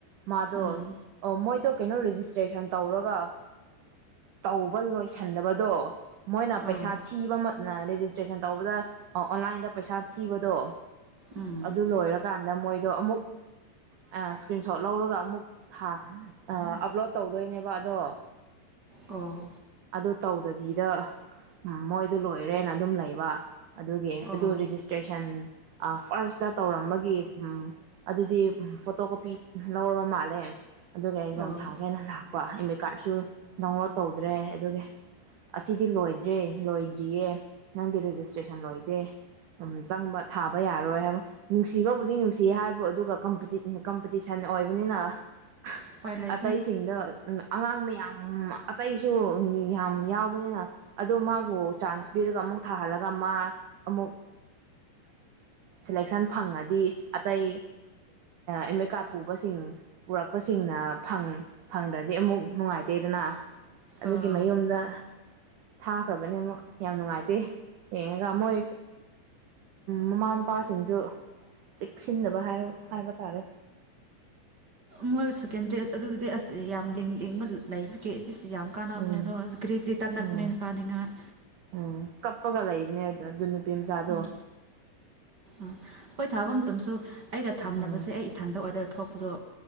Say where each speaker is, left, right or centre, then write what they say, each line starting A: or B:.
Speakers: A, on the right; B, on the right.
A: ꯃꯥꯗꯣ
B: ꯎꯝ
A: ꯑꯣ ꯃꯣꯏꯗꯣ ꯀꯩꯅꯣ ꯔꯦꯖꯤꯁꯇ꯭ꯔꯦꯁꯟ ꯇꯧꯔꯒ ꯇꯧꯕ ꯂꯣꯏꯁꯟꯗꯕꯗꯣ ꯃꯣꯏꯅ ꯄꯩꯁꯥ
B: ꯑꯥ
A: ꯊꯤꯕ ꯔꯦꯖꯤꯁꯇ꯭ꯔꯦꯁꯟ ꯇꯧꯕꯗ ꯑꯣꯟꯂꯥꯏꯟꯗ ꯄꯩꯁꯥ ꯊꯤꯕꯗꯣ
B: ꯎꯝ
A: ꯑꯗꯨ ꯂꯣꯏꯔꯀꯥꯟꯗ ꯃꯣꯏꯗꯣ ꯑꯃꯨꯛ ꯏꯁꯀ꯭ꯔꯤꯟ ꯁꯣꯠ ꯂꯧꯔꯒ ꯑꯃꯨꯛ ꯊꯥ ꯑꯞꯂꯣꯗ ꯇꯧꯗꯣꯏꯅꯦꯕ ꯑꯗꯣ
B: ꯑꯣ
A: ꯑꯗꯨ ꯇꯧꯗꯕꯤꯗ ꯃꯣꯏꯗꯨ ꯂꯣꯏꯔꯦꯅ ꯑꯗꯨꯝ ꯂꯩꯕ ꯑꯗꯨꯒꯤ
B: ꯑꯣ
A: ꯑꯗꯨ ꯔꯦꯖꯤꯁꯇ꯭ꯔꯦꯁꯟ ꯐꯥꯔꯁꯇ ꯇꯧꯔꯝꯕꯒꯤ ꯎꯝ ꯑꯗꯨꯗꯤ ꯎꯝ ꯐꯣꯇꯣ ꯀꯣꯄꯤ ꯎꯝ ꯂꯧꯔꯕ ꯃꯥꯜꯂꯦ ꯑꯗꯨꯒ ꯑꯦꯛꯖꯥꯝ
B: ꯑꯣ
A: ꯊꯥꯒꯦꯅ ꯂꯥꯛꯄ ꯑꯦꯗꯃꯤꯠ ꯀꯥꯔꯠꯁꯨ ꯗꯥꯎꯟꯂꯣꯗ ꯇꯧꯗ꯭ꯔꯦ ꯑꯗꯨꯒꯤ ꯑꯁꯤꯗꯤ ꯂꯣꯏꯗ꯭ꯔꯤ ꯂꯣꯏꯗ꯭ꯔꯤꯌꯦ ꯅꯪꯒꯤ ꯔꯦꯖꯤꯁ ꯇꯦꯁꯟ ꯂꯣꯢꯗꯦ ꯆꯪꯕ ꯊꯥꯕ ꯌꯥꯔꯣꯏ ꯍꯥꯏꯕ ꯅꯨꯡꯁꯤꯕꯕꯨꯗꯤ ꯅꯨꯡꯁꯤ ꯍꯥꯏꯕꯨ ꯑꯗꯨꯒ ꯀꯝꯄꯤꯇꯤꯠ ꯀꯝꯄꯤꯇꯤꯁꯟ ꯑꯣꯏꯕꯅꯤꯅ
B: ꯎꯄꯥꯏ ꯂꯩꯇꯦ
A: ꯑꯇꯩꯁꯤꯡꯗꯣ ꯑꯉꯥꯡ ꯃꯌꯥꯝ ꯑꯇꯩꯁꯨ ꯌꯥꯝ ꯌꯥꯎꯕꯅꯤꯅ ꯑꯗꯣ ꯃꯥꯕꯨ ꯆꯥꯟꯁ ꯄꯤꯔꯒ ꯑꯃꯨꯛ ꯊꯥꯍꯜꯂꯛ ꯑꯗꯨꯒ ꯃꯥ ꯑꯃꯨꯛ ꯁꯦꯂꯦꯛꯁꯟ ꯐꯪꯉꯗꯤ ꯑꯇꯩ ꯑꯦꯝ ꯑꯦ ꯀꯥꯔꯗ ꯄꯨꯕꯁꯤꯡ ꯄꯨꯔꯛꯄꯁꯤꯡꯅ ꯐꯪꯗ꯭ꯔꯗꯤ ꯑꯃꯨꯛ ꯅꯨꯡꯉꯥꯏꯇꯦꯗꯅ ꯑꯗꯨꯒꯤ
B: ꯑꯥ
A: ꯃꯌꯨꯝꯗ ꯊꯥꯈ꯭ꯔꯕꯅꯦ ꯑꯃꯨꯛ ꯌꯥꯝ ꯅꯨꯡꯉꯥꯏꯇꯦ ꯌꯦꯡꯉꯒ ꯃꯣꯏ ꯃꯃꯥ ꯃꯄꯥꯁꯤꯡꯁꯨ ꯆꯦꯛꯁꯤꯟꯗꯕ ꯍꯥꯏꯕ ꯇꯥꯔꯦ
B: ꯃꯣꯏ ꯁꯦꯀꯦꯟ ꯗ꯭ꯔꯦꯗ ꯑꯗꯨꯗꯤ ꯑꯁ ꯌꯥꯝ ꯂꯤꯡ ꯂꯤꯡꯕ ꯂꯩꯕꯒꯤ ꯏꯁ ꯌꯥꯝ ꯀꯥꯟꯅꯕꯅꯦ
A: ꯎꯝ
B: ꯑꯗꯣ ꯒ꯭ꯔꯤꯒꯤꯔꯤ ꯇꯛꯂꯛꯅꯦ
A: ꯎꯝ
B: ꯀꯥꯅꯤꯡꯉꯥꯏ
A: ꯎꯝ ꯀꯞꯄꯒ ꯂꯩꯕꯅꯦ ꯃꯆꯥꯗꯣ
B: ꯎꯝ ꯎꯝ ꯍꯣꯏ ꯊꯥꯕ ꯃꯇꯝꯁꯨ ꯑꯩꯒ ꯊꯥꯃꯤꯅꯕꯁꯦ
A: ꯎꯝ
B: ꯑꯩ ꯏꯊꯟꯗ ꯑꯣꯔ ꯊꯣꯛꯄꯗꯣ